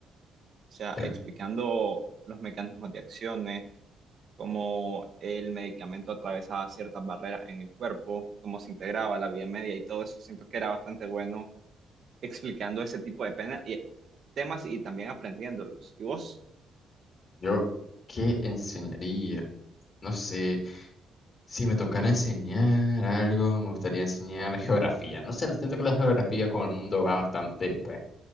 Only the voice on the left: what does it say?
Claro.
Yo, ¿qué enseñaría? No sé, si me tocara enseñar algo, me gustaría enseñar geografía. No sé, siento que la geografía con el mundo va bastante, pues,